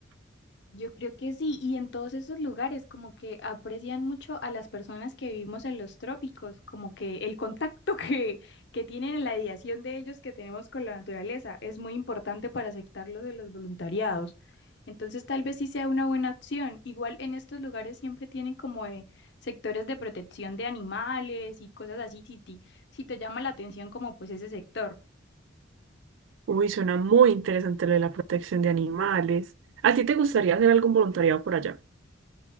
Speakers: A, on the left (about 60°); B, on the right (about 75°).
A: Yo creo que sí, y en todos esos lugares como que aprecian mucho a las personas que vivimos en los trópicos, como que el contacto <laughs> que, que tienen en la ideación de ellos que tenemos con la naturaleza es muy importante para aceptar lo de los voluntariados. Entonces tal vez sí sea una buena opción. Igual en estos lugares siempre tienen como eh, sectores de protección de animales y cosas así, si, ti- si te llama la atención como pues ese sector.
B: Uy, suena muy interesante lo de la protección de animales. ¿A ti te gustaría hacer algún voluntariado por allá?